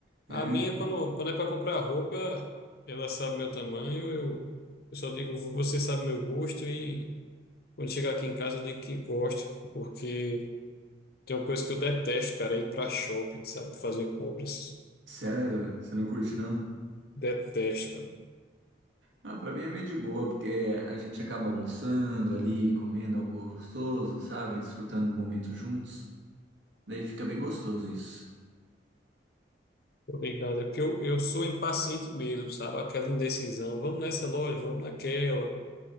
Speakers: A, on the right (about 80°); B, on the left (about 55°).
A: É?
B: A minha, quando, quando é para comprar roupa, ela sabe meu tamanho, eu, eu só digo, você sabe meu gosto e quando chegar aqui em casa eu digo que gosto, porque tem uma coisa que eu detesto, cara, é ir para shopping, sabe, fazer compras.
A: Sério? Você não curte não?
B: Detesto, cara.
A: Ah, pra mim é meio de boa, porque a gente acaba almoçando ali, comendo algo gostoso, sabe? Desfrutando do momento juntos. Daí fica bem gostoso isso.
B: Obrigado. É porque eu, eu sou impaciente mesmo, sabe? Aquela indecisão. Vamos nessa loja, vamos naquela.